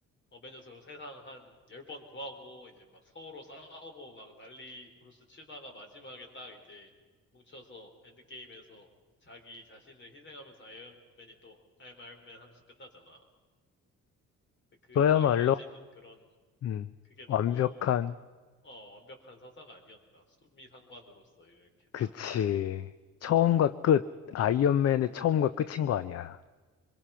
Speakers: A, on the left; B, on the left.
A: 어벤져스 세상 한 10번 구하고 이제 막 서로 싸우고 막 난리 브루스 치다가 마지막에 딱 이제 뭉쳐서 엔드게임에서 자기 자신을 희생하면서 아이언맨이 또 I'm Iron Man 하면서 끝나잖아. 그
B: 그야말로,
A: 딱 이어지는 그런
B: 음,
A: 그게 너무
B: 완벽한,
A: 어, 완벽한 서사가 아니었나. 수미 상관으로서 이렇게
B: 그치.
A: 딱 하는 게
B: 처음과 끝, 아이언맨의 처음과 끝인 거 아니야.